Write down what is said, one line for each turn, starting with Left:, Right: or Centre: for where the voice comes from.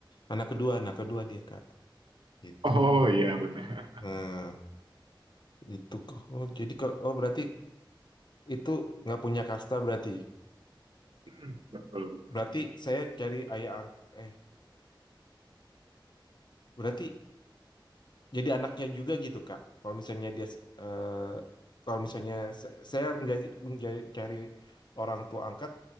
Left: Anak kedua, anak kedua dia, Kak. Gitu.
Right: Oh iya benar.
Left: Nah, itu. kok. Oh, jadi kalau oh berarti itu nggak punya kasta berarti.
Right: <clears throat> betul betul.
Left: Berarti saya cari ayah ang- eh berarti jadi anaknya juga gitu, Kak. Kalau misalnya dia eh, kalau misalnya sa- saya menjadi menjadi cari orang tua angkat